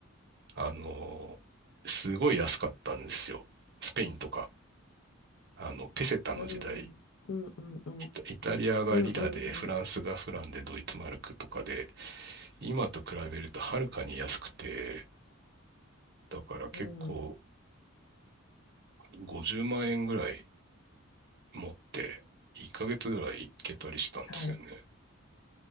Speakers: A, on the right; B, on the left.
A: あの、すごい安かったんですよ。スペインとか、あの、ペセタの時代、
B: うん、うんうんうん。
A: イタ、イタリアがリラで、
B: うんうんうん
A: フランスがフランで、ドイツマルクとかで、今と比べるとはるかに安くて、だから結構
B: うん。
A: 50万円ぐらい持って、1ヶ月ぐらい行けたりしたんですよね。
B: はい。